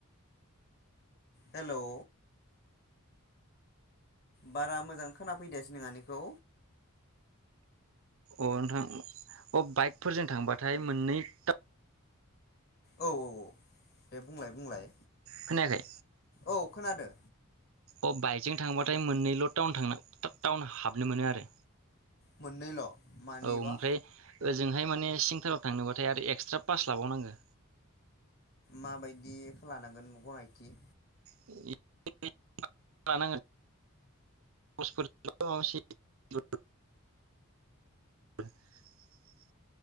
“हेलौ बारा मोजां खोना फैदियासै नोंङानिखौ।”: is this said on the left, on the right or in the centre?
Left